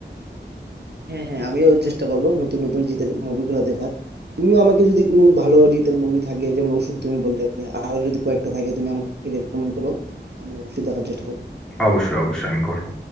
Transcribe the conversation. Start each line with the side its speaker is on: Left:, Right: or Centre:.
Right: হ্যাঁ হ্যাঁ আমিও চেষ্টা করব নতুন নতুন জিতের মুভিগুলো দেখার তুমিও আমাকে যদি কোনো ভালো জিতের মুভি থাকে যেমন অসুর তুমি বললে আরো যদি কয়েকটা থাকে তুমি আমাকে রেকমেন্ড করো আমি অবশ্যই দেখার চেষ্টা করবো
Centre: অবশ্যই অবশ্যই আমি করবো